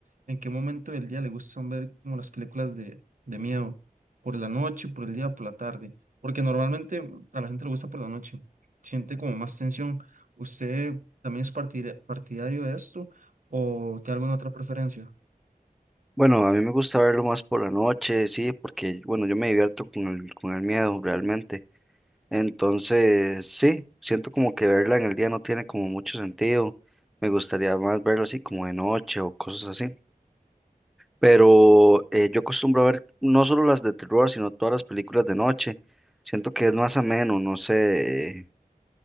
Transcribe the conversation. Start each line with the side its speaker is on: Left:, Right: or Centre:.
Right: en qué momento del día le gustan ver como las películas de, de miedo? ¿Por la noche, por el día, por la tarde? Porque normalmente a la gente le gusta por la noche, siente como más tensión. ¿Usted también es partida- partidario de esto o tiene alguna otra preferencia?
Centre: Bueno, a mí me gusta verlo más por la noche, sí, porque, bueno, yo me divierto con el, con el miedo realmente. Entonces, sí, siento como que verla en el día no tiene como mucho sentido. Me gustaría más verlo así como de noche o cosas así. Pero eh, yo acostumbro a ver no solo las de terror, sino todas las películas de noche. Siento que es más ameno, no sé,